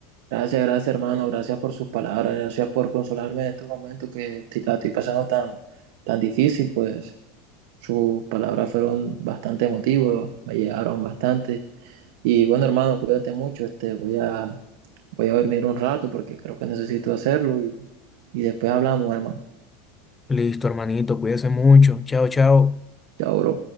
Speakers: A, on the right (about 75°); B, on the left (about 15°).
A: Gracias, gracias, hermano, gracias por sus palabras, gracias por consolarme en estos momentos que estoy- la estoy pasando tan, tan difícil, pues sus palabras fueron bastante emotivas, me llegaron bastante. Y bueno, hermano, cuídate mucho, este, voy a, voy a dormir un rato porque creo que necesito hacerlo y, y después hablamos, hermano.
B: Listo, hermanito, cuídese mucho. Chao, chao.
A: Chao, bro.